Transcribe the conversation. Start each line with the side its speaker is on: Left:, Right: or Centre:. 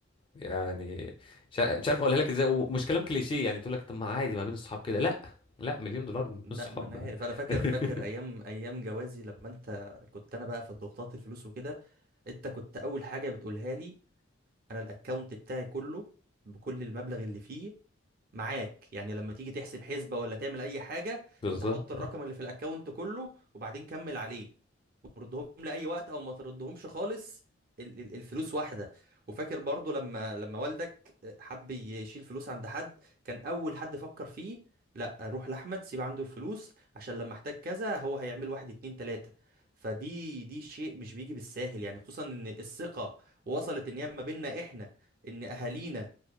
Left: يعني مش ع- مش عارف اقولها لك ازاي ومش كلام كليشيه يعني تقول لك طب ما عادي ما بين الصحاب كده لا لا مليون دولار
Right: لا
Left: مش صحاب
Right: ما انا عارف انا فاكر
Left: <laughs>
Right: فاكر ايام ايام جوازي لما انت كنت انا بقى في ضغوطات الفلوس وكده انت كنت اول حاجه بتقولها لي انا الاكونت بتاعي كله بكل المبلغ اللي فيه معاك يعني لما تيجي تحسب حسبه ولا تعمل اي حاجه
Left: بالظبط
Right: انت حط الرقم
Left: اه
Right: اللي في الاكونت كله وبعدين كمل عليه ردهم لاي وقت او ما تردهمش خالص ال- ال- الفلوس واحده وفاكر برضو لما لما والدك حب يشيل فلوس عند حد كان اول حد فكر فيه لا روح لاحمد سيب عنده الفلوس عشان لما احتاج كذا هو هيعمل واحد اتنين تلاته فدي دي شيء مش بيجي بالساهل يعني خصوصا ان الثقه وصلت ان هي ما بيننا احنا ان اهالينا